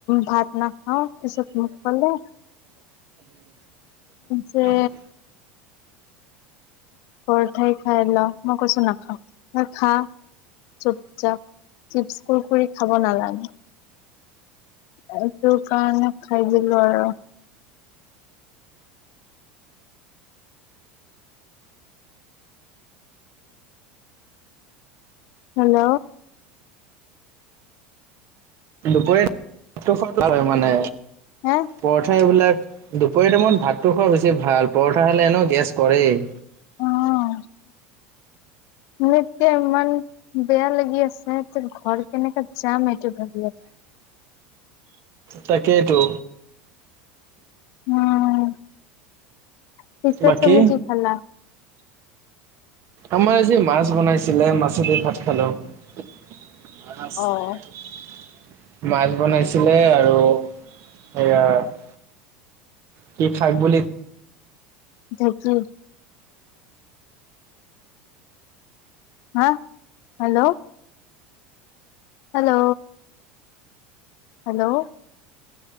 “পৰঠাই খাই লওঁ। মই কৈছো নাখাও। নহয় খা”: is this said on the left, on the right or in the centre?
Left